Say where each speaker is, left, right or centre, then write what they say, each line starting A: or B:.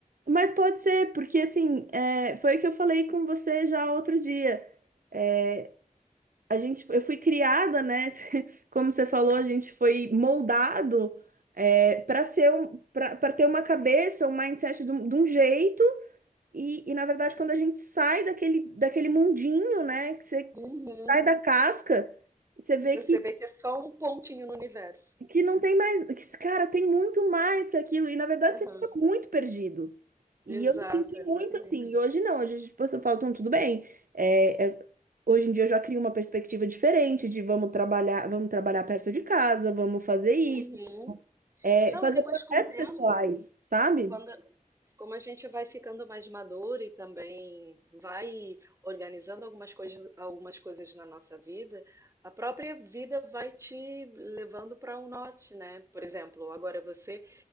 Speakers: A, on the right (about 80°); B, on the right (about 20°).
A: Mas pode ser, porque assim, é, foi o que eu falei com você já outro dia. É, a gente, eu fui criada, né? <laughs> Como você falou, a gente foi moldado para ser um, para ter uma cabeça, um mindset de um, de um jeito. E, e na verdade, quando a gente sai daquele, daquele mundinho, né? Que você
B: Uhum.
A: sai da casca, você vê
B: E Você
A: que
B: vê que é só um pontinho no universo.
A: que não tem mais, que, cara, tem muito mais que aquilo, e na verdade
B: Aham.
A: você fica muito perdido. E
B: Exato,
A: eu me senti
B: exatamente.
A: muito assim, e hoje não, hoje tipo, eu falo, "Então, tudo bem. É, é- hoje em dia eu já crio uma perspectiva diferente de vamos trabalhar, vamos trabalhar perto de casa, vamos fazer isso,
B: Uhum.
A: É,
B: Não,
A: fazer
B: e depois
A: projetos
B: com o tempo,
A: pessoais, sabe?
B: quando Como a gente vai ficando mais maduro e também vai organizando algumas coisas, algumas coisas na nossa vida, a própria vida vai te levando para um norte, né? Por exemplo, agora você